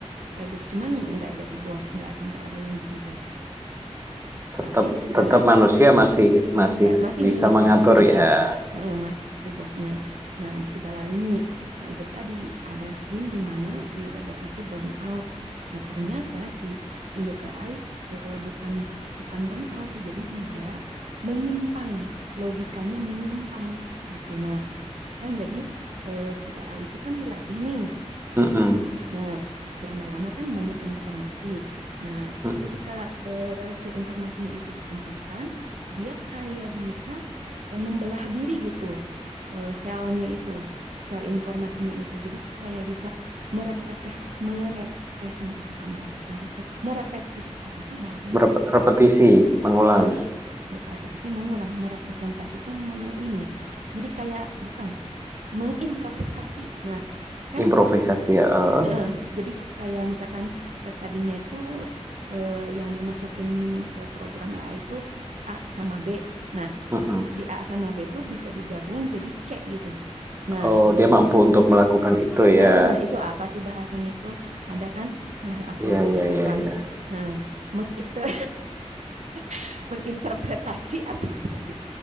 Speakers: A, on the right; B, on the right.
A: kayak gitu cuman nggak jadi bos nggak sampai ada yang jadi bos
B: tetap
A: tapi di segala
B: tetap manusia masih masih
A: masih
B: bisa
A: masih
B: mengatur
A: bosnya
B: ya,
A: Eh, masih bosnya nah di segala lini nah itu tadi ada scene di mana si robot itu burn out nah ternyata si Indo KI eh, bukan bukan burn out sih jadi dia menyimpang logikanya menyimpang gitu nah kan jadi eh, si AI itu kan dilatih nih
B: mhm
A: Nah, lama-lama kan banyak informasi. Nah,
B: mhm,
A: ketika eh, si informasinya itu dikumpulkan, dia kayak bisa eh, membelah diri gitu, eh, selnya itu, sel informasinya itu. Jadi kayak bisa merepres merepresentasi, bukan merepresentasikan, merepetis apa sih bahasanya
B: merep
A: itu?
B: repetisi, mengulang,
A: Bukan re- bu- repetisi mengulang, merepresentasikan me- ini ya. Jadi kayak bukan mengimprovisasi. Nah, kan
B: improvisasi, heeh,
A: Heeh, jadi kayak misalkan eh, tadinya itu eh, yang dimasukin ke program AI itu A sama B. Nah,
B: mhm.
A: si A sama B itu bisa digabung jadi C gitu. Nah,
B: Oh,
A: gitu.
B: dia mampu untuk melakukan itu
A: Nah,
B: ya.
A: itu apa sih bahasanya itu? Ada kan bahasa aku
B: ya
A: jadi
B: ya ya
A: lupa
B: ya
A: nih. Nah, menginter <laughs> menginterpretasi atau apa sih?